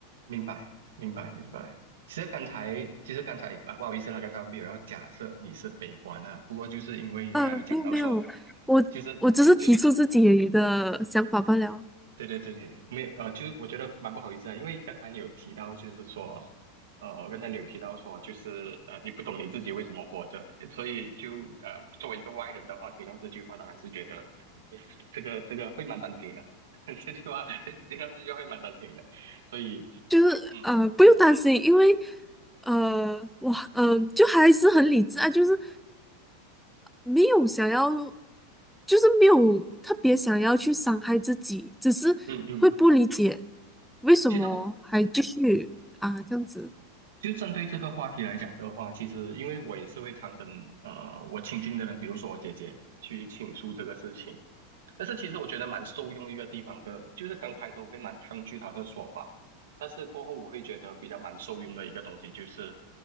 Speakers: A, on the right; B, in the centre.
A: 明白，明白，明白。其实刚才，其实刚才啊，不好意思啦，刚才我没有要假设你是悲观啊。不过就是因为你刚才有讲到说，
B: 嗯，没有没有，我我只是提出自己的想法罢了。
A: 就是就对对对对，没有呃，就是我觉得蛮不好意思啊，因为刚才你有提到，就是说，呃，刚才你有提到说，就是呃，你不懂你自己为什么活着，所以就呃，作为一个外人的话，听到这句话，当然是觉得 <laughs> 这个这个会蛮担心的，<laughs> 这句话 <laughs> 听到这句话会蛮担心的，所以
B: 就是呃，
A: 嗯
B: 不用担心，因为呃，我呃，就还是很理智啊，就是没有想要。就是没有特别想要去伤害自己，只是会不理解
A: 嗯嗯，
B: 为什么还继续啊这样子。
A: 其实我。就针对这个话题来讲的话，其实因为我也是会常跟呃我亲近的人，比如说我姐姐去倾诉这个事情，但是其实我觉得蛮受用一个地方的，就是刚开头我会蛮抗拒她的说法，但是过后我会觉得比较蛮受用的一个东西就是，